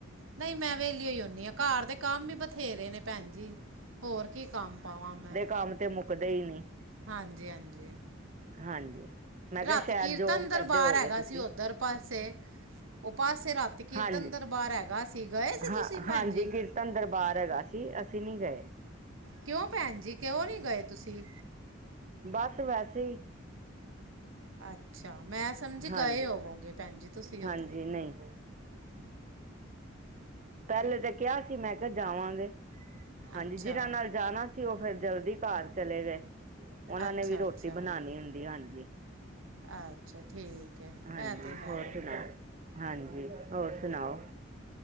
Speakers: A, on the right; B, on the right.
A: ਨਈ ਮੈਂ ਵਲੀਯੋ ਈ ਹੋਨੀ ਆਂ, ਘਾੱਰ ਦੇ ਕਾੰਮ ਵੀ ਬਥ ਬਥੇਰੇ ਨੇ ਪੈਂਜੀ, ਹੋਰ ਕੀ ਕਾੰਮ ਪਾਵਾਂ ਮੈਂ
B: ਕਾੰਮ ਤੇ ਮੁ ਦੇਈ ਨੀ
A: ਹਾਂਜੀ, ਹਾਂਜੀ।
B: ਹਾਂਜੀ, ਮੈਂ ਕੇਆ
A: ਰਾਤੀ
B: ਸ਼ੈਦ
A: ਕੀਰਤਨ
B: ਜੋਬ
A: ਦਰਬਾਰ
B: ਕਰਦੇ ਹੋਗੇ
A: ਹੈਗਾ
B: ਤੁਸੀ
A: ਸੀ ਉੱਧਰ ਪਾਸੇ ਉਹ ਪਾਸੇ ਰਾਤੀ ਕੀਰਤਨ
B: ਹਾਂਜੀ,
A: ਦਰਬਾਰ ਹੈਗਾ ਸੀ ਗਏ ਸੀ
B: ਹਾਂ
A: ਤੁਸੀਂ ਭੈਣ
B: ਹਾਂਜੀ
A: ਜੀ
B: ਕੀਰਤਨ ਦਰਬਾਰ ਹੈਗਾ ਕੀ ਅਸੀ ਨੀ ਗਏ।
A: ਕਯੋਂ ਪੈਂਜੀ, ਕਯੋਂ ਨੀ ਗਏ ਤੁਸੀ
B: ਬਾੱਸ ਵੈਸੇ ਈ
A: ਅੱਛਾ, ਮੈਂ ਸਮਜੀ
B: ਹਾਂਜੀ
A: ਗਏ ਹੋਵੋਗੇ ਪੈਂਜੀ ਤੁਸੀਂ
B: ਹਾਂਜੀ
A: ਓਥੇ
B: ਨਹੀਂ ਪੈਲੇ ਤੇ ਕੇਆ ਸੀ, ਮੈਂ ਕੇਆ ਜਾਵਾਂਗੇ। ਹਾਂਜੀ,
A: ਅੱਛਾ
B: ਜਿਨਾਂ ਨਾਲ ਜਾਨਾ ਸੀ ਓ ਫੇਰ ਜਲਦੀ ਘਾੱਰ ਚਲੇ ਗਏ, ਓਨਾ
A: ਅੱਛਾ
B: ਨੇ ਵੀ ਰੋਟੀ
A: ਅੱਛਾ
B: ਬਨਾਨੀ ਹੋਂਦੀ ਹਾਂਜੀ।
A: ਅੱਛਾ ਠੀਕ ਏ,
B: ਹਾਂਜੀ
A: ਐ ਤੇ ਹੈ
B: ਹੋਰ
A: ਹੁਨ
B: ਸੁਣਾਓ ਹਾਂਜੀ, ਹੋਰ ਸੁਨਾਓ